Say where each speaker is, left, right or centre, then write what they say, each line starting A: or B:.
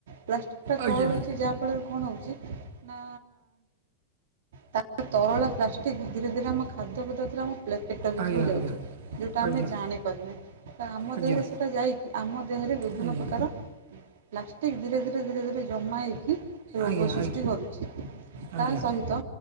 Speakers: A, on the right (about 70°); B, on the right (about 55°).
A: ପ୍ଲାଷ୍ଟିକ୍ଟା
B: ଆଜ୍ଞା
A: ତରଳୁଛି ଯାହାଫଳରେ କଣ ହଉଛି ନା। ତା ତରଳା ପ୍ଲାଷ୍ଟିକ ଠିକ ଧୀରେ ଧୀରେ ଆମ ଖାଦ୍ୟ ପଦାର୍ଥରେ ଆମ ପ୍ଲେଟ ପେଟ ଭିତରୁ
B: ଆଜ୍ଞା
A: ଯାଉଛି ଯେଉଁଟା
B: ଆଜ୍ଞା
A: ଆମେ ଜାଣିପାରୁନା। ତ ଆମ
B: ଆଜ୍ଞା
A: ଦେହରେ ସେଟା ଯାଇକି ଆମ ଦେହରେ ବିଭିନ୍ନ
B: ଆଜ୍ଞା
A: ପ୍ରକାର ପ୍ଲାଷ୍ଟିକ୍ ଧୀରେ- ଧୀରେ- ଧୀରେ -ଧୀରେ ଜମା ହେଇକି ରୋଗ
B: ଆଜ୍ଞା ଆଜ୍ଞା
A: ସୃଷ୍ଟି କରୁଛି।
B: ଆଜ୍ଞା
A: ତା ସହିତ